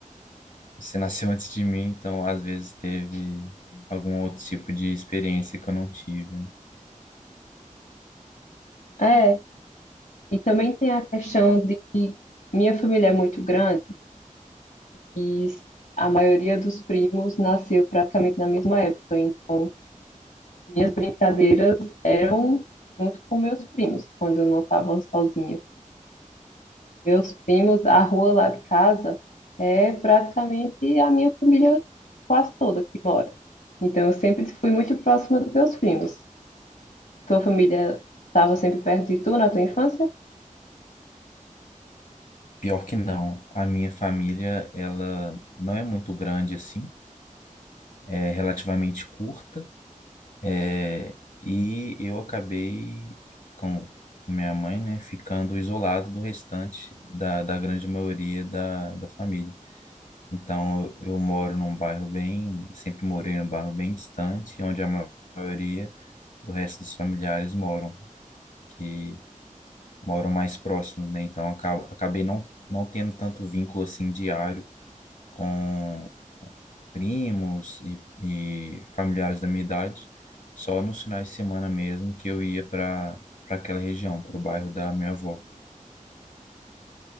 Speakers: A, on the left; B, on the left.
A: você nasceu antes de mim, então às vezes teve algum outro tipo de experiência que eu não tive. né?
B: É, e também tem a questão de que minha família é muito grande e a maioria dos primos nasceu praticamente na mesma época. Então, minhas brincadeiras eram junto com meus primos, quando eu não estava sozinha. Meus primos, a rua lá de casa é praticamente a minha família quase toda que mora. Então eu sempre fui muito próxima dos meus primos. Tua família estava sempre perto de tu na tua infância?
A: Pior que não, a minha família, ela não é muito grande assim, é relativamente curta, é, e eu acabei com, com minha mãe, né, ficando isolado do restante da, da grande maioria da, da família. Então, eu, eu moro num bairro bem, sempre morei num bairro bem distante, onde a ma- maioria do resto dos familiares moram, que moram mais próximos, né? Então, acabo, acabei não, não tendo tanto vínculo assim diário com primos e, e familiares da minha idade, só nos finais de semana mesmo que eu ia para para aquela região, para o bairro da minha avó.